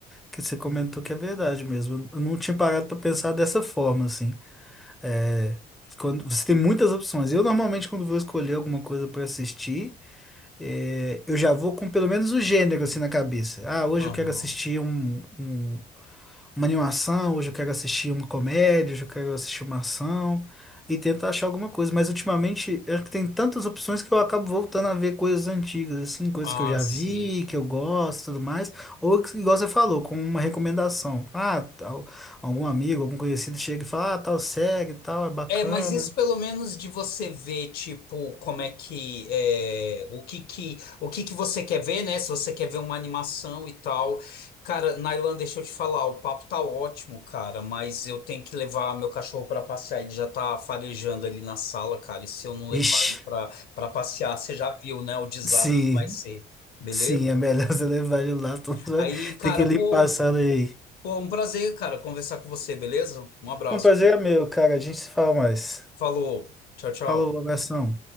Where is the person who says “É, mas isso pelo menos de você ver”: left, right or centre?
Left